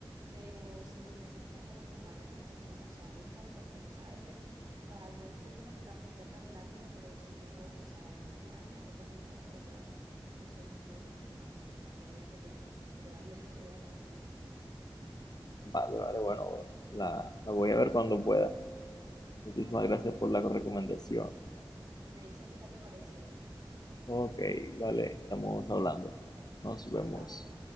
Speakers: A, on the right; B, on the left.
A: pero si necesitas como que más recomendaciones, o sea, búscame porque tú sabes, <laughs> o sea, yo no soy como que tan experta en el anime, pero sí tengo, o sea, además de anime, tengo muchas otras que son buenísimas. Me encantaría que te, que te las <laughs> vieras todas las que pienso.
B: Vale, vale, bueno, la, la voy a ver cuando pueda. Muchísimas
A: Va, listo,
B: gracias
A: Miguel.
B: por la recomendación.
A: Me dices qué tal te parece, ¿oíste?
B: Ok, vale, estamos
A: Bu-
B: hablando. Nos
A: Bueno,
B: vemos.
A: chao.